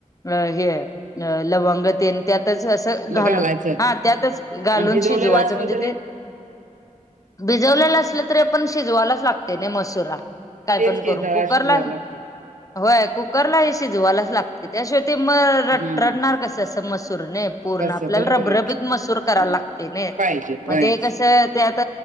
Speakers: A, on the left; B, on the right.
A: हे लवग ते त्यातच अस
B: ल-
A: घालून,
B: घालायचं
A: हा त्यातच घालून
B: आणि भिजवलेलं
A: शिजवायच.
B: असलं
A: म्हणजे
B: तरी
A: भिजवलेल असल तरी आपण शिजवायलाच लागते नाही मसुरा. काय
B: तेच
A: पण करून.
B: की जरा
A: कुकरला.
B: शिजवायला लागते
A: होय कुकरला हे शिजवायलाच लाग त्याशिवाय ते म रट
B: हा
A: रडणार
B: हा
A: कस अस मसूर ना पूर्ण.
B: कसं
A: आपल्याला
B: बरोबर
A: रबरबीत
B: आहे की
A: मसूर
B: हं.
A: करायला लाग तने.
B: पाहिजे वय
A: त्यात